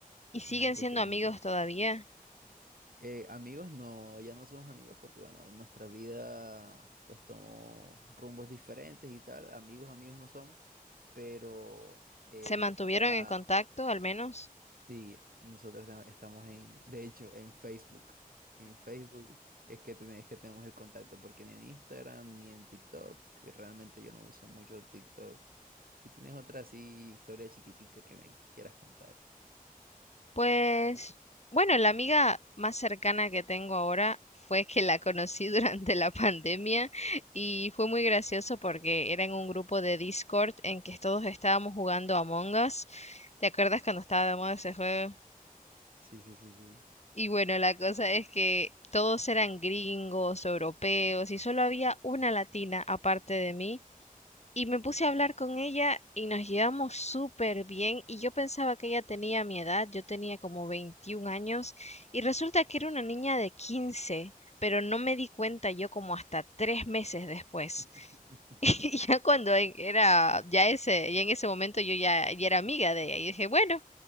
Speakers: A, on the left; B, on the right.
A: ¿Y siguen
B: es algo
A: siendo
B: que nutre.
A: amigos todavía?
B: Eh, amigos, no, ya no somos amigos porque, bueno, nuestra vida pues tomó rumbos diferentes y tal, amigos, amigos no somos, pero eh,
A: ¿Se mantuvieron
B: ahora...
A: en contacto al menos?
B: Sí, nosotros te- estamos en, de hecho, en Facebook. En Facebook es que, ten- es que tenemos el contacto, porque ni en Instagram ni en TikTok, que realmente yo no uso mucho TikTok. Y tienes otra así historia chiquitica que me quieras contar.
A: Pues, bueno, la amiga más cercana que tengo ahora fue que la conocí <laughs> durante la pandemia y fue muy gracioso porque era en un grupo de Discord en que todos estábamos jugando Among Us. ¿Te acuerdas cuando estaba de moda ese juego?
B: Sí, sí, sí, sí.
A: Y bueno, la cosa es que todos eran gringos, europeos y solo había una latina aparte de mí. Y me puse a hablar con ella y nos llevamos súper bien y yo pensaba que ella tenía mi edad, yo tenía como 21 años y resulta que era una niña de quince pero no me di cuenta yo como hasta tres meses después.
B: <laughs>
A: <laughs> Y ya cuando en- era, ya ese, ya en ese momento yo ya, ya era amiga de ella y dije, bueno,